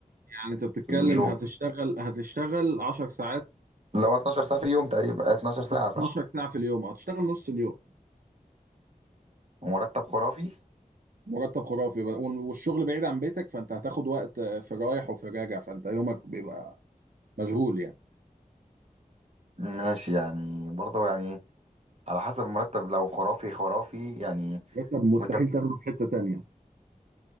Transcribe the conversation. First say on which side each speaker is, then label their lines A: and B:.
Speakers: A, on the right (about 80°); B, on the right (about 50°).
A: يعني انت بتتكلم
B: في اليوم
A: هتشتغل هتشتغل 10 ساعات
B: لو 12 ساعه في اليوم تقريبا 12 ساعه
A: 12
B: صح
A: ساعة في اليوم هتشتغل نص اليوم
B: ومرتب خرافي
A: مرتب خرافي بقى. وال- والشغل بعيد عن بيتك فانت هتاخد وقت آه، في رايح وفي راجع فانت يومك بيبقى مشغول يعني
B: ماشي يعني برضه يعني على حسب المرتب لو خرافي خرافي يعني
A: مرتب مستحيل
B: وانت
A: تاخده في حتة تانية